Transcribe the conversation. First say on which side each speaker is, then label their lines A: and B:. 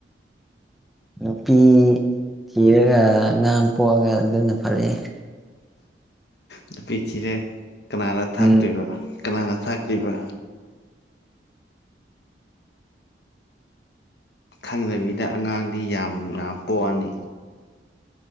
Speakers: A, in the centre; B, on the left.
A: ꯅꯨꯄꯤ ꯊꯤꯔꯒ ꯑꯉꯥꯡ ꯄꯣꯛꯑꯒ ꯑꯗꯨꯅ ꯐꯔꯦ
B: ꯅꯨꯄꯤ ꯊꯤꯔꯦꯛ ꯀꯅꯥꯅ ꯊꯥꯛꯇꯣꯏꯕ
A: ꯎꯝ
B: ꯀꯅꯥꯅ ꯊꯥꯛꯇꯣꯏꯕ ꯈꯪꯗꯕꯤꯗ ꯑꯉꯥꯡꯗꯤ ꯌꯥꯝ ꯌꯥꯝ ꯄꯣꯛꯑꯅꯤ